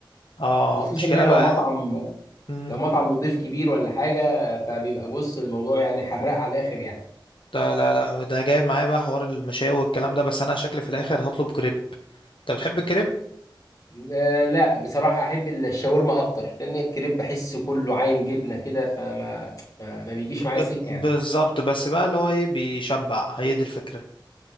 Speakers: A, on the left; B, on the left.
A: اه
B: وخصوصا
A: مشكله
B: بقى لو
A: بقى
B: مطعم
A: مم.
B: لو مطعم نضيف كبير ولا حاجة فبيبقى بص الموضوع يعني حراق على الآخر يعني
A: ده لا لا ده جاي معايا بقى حوار المشاوي والكلام ده بس انا شكلي في الاخر هطلب كريب انت بتحب الكريب
B: آه، لا بصراحة أحب الشاورما أكتر لأن الكريب بحسه كله عايم جبنة كده فما ما, ما بيجيش
A: ب...
B: معايا سكة يعني
A: بالظبط بس بقى اللي هو ايه بيشبع هي دي الفكره